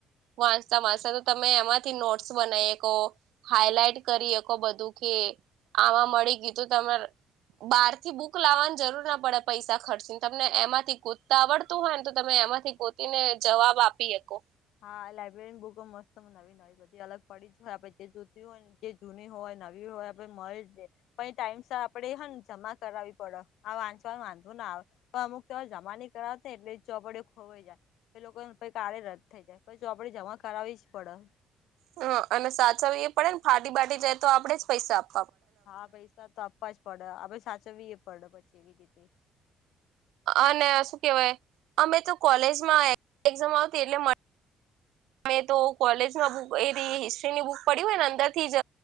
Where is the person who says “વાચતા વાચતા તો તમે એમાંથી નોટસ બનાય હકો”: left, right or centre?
Right